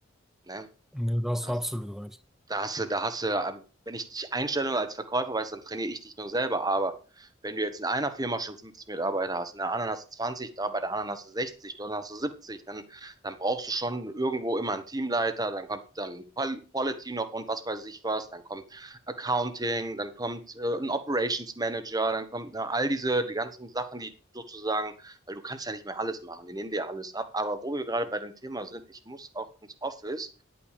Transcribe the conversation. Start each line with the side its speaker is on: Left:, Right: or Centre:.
Right: Ne?
Centre: Nee, da hast
Right: Da
Centre: du absolut recht.
Right: da hast du, da hast du, ähm, wenn ich dich einstelle als Verkäufer, weiß, dann trainiere ich dich nur selber. Aber wenn du jetzt in einer Firma schon 50 Mitarbeiter hast, in der anderen hast du 20, da bei der anderen hast du 60, dann hast du 70, dann, dann brauchst du schon irgendwo immer einen Teamleiter, dann kommt dann Qual- Quality noch und was weiß ich was, dann kommt Accounting, dann kommt äh, ein Operations Manager, dann kommt ne, all diese, die ganzen Sachen, die sozusagen, weil du kannst ja nicht mehr alles machen, die nehmen dir ja alles ab. Aber wo wir gerade bei dem Thema sind, ich muss auch ins Office.